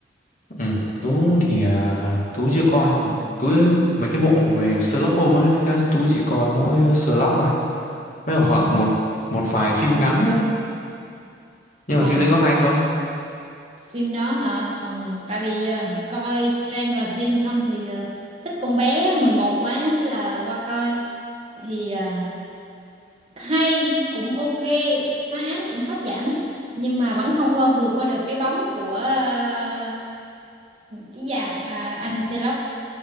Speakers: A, on the left (about 45°); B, on the right (about 35°).
A: Ừ, Tú thì à, Tú chưa coi Tú mấy cái bộ về Sherlock Holmes á thì Tú chỉ coi mỗi à, Sherlock rồi với cả
B: ờ
A: khoảng một một vài phim ngắn nữa nhưng
B: ờ
A: mà phim đấy có hay không
B: phim đó hả phần tại vì ờ, coi Stranger Things xong thì ờ, thích con bé 11 quá thế là qua coi thì ờ, hay cũng ok phá án cũng hấp dẫn nhưng mà vẫn không qua vượt qua được cái bóng của ờ, cái dạng à, anh Sherlock